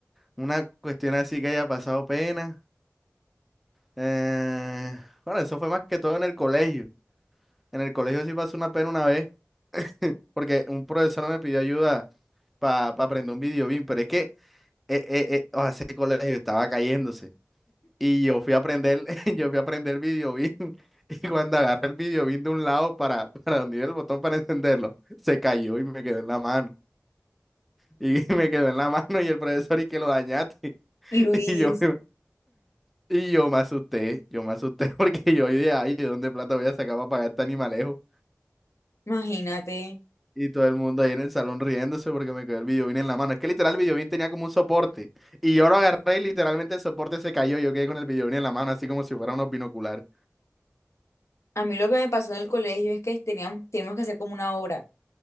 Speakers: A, in the centre; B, on the left.
A: una cuestión así que haya pasado pena. Eh, bueno, eso fue más que todo en el colegio. En el colegio sí pasó una pena una vez. porque un profesor me pidió ayuda para aprender un video BIM, pero es que eh, eh, eh, o sea, ese colegio estaba cayéndose y yo fui a aprender, <laughs> yo fui a aprender el video BIM <laughs> y cuando agarré el video BIM de un lado para, <laughs> para donde iba el botón para encenderlo, se cayó y me quedó en la mano. Y <laughs> me quedó en la mano y el profesor y que lo dañaste. <laughs>
B: Luis,
A: Y yo, y yo me asusté, yo me asusté <laughs> porque yo dije, ay, ¿de dónde plata voy a sacar para pagar este animalejo?
B: imagínate.
A: Y todo el mundo ahí en el salón riéndose porque me quedó el videobeam en la mano. Es que literal el videobeam tenía como un soporte. Y yo lo agarré y literalmente el soporte se cayó. Yo quedé con el videobeam en la mano, así como si fuera unos binoculares.
B: A mí lo que me pasó en el colegio es que teníamos, teníamos que hacer como una obra